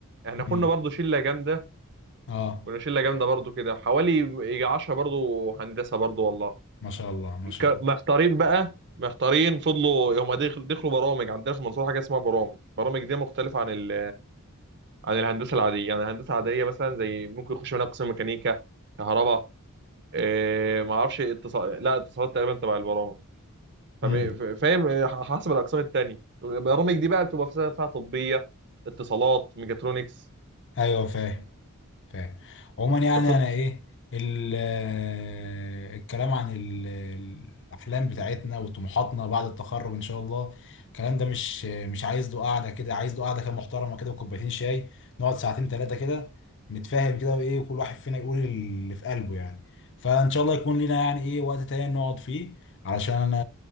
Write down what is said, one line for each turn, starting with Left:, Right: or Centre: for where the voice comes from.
Right: احنا كنا
Left: أمم.
Right: برضو شله جامده
Left: اه
Right: كنا شله جامده برضو كده حوالي يجي 10 برضو هندسه برضو والله
Left: ما شاء الله ما شاء
Right: ك-
Left: الله
Right: محتارين بقى محتارين فضلوا هم دخل- دخلوا برامج عندنا في المنصوره حاجه اسمها برامج برامج دي مختلفه عن ال... عن الهندسه العاديه يعني الهندسه العاديه مثلا زي ممكن يخش منها قسم ميكانيكا كهرباء إيه ما اعرفش اتصال لا اتصالات تقريبا تبع البرامج فم-
Left: امم
Right: ف- فاهم آه، حسب الاقسام التانية البرامج دي بقى بتبقى فيها فيها طبية اتصالات ميجاترونكس
Left: ايوه فاهم فاهم عموما يعني
Right: ففض...
Left: انا ايه ال- آه، الكلام عن ال- الاحلام بتاعتنا وطموحاتنا بعد التخرج ان شاء الله الكلام ده مش مش عايز له قعده كده عايز له قعده كده محترمه كده وكوبايتين شاي نقعد ساعتين ثلاثه كده نتفاهم كده وايه وكل واحد فينا يقول اللي في قلبه يعني فان شاء الله يكون لنا يعني ايه وقت تاني نقعد فيه علشان انا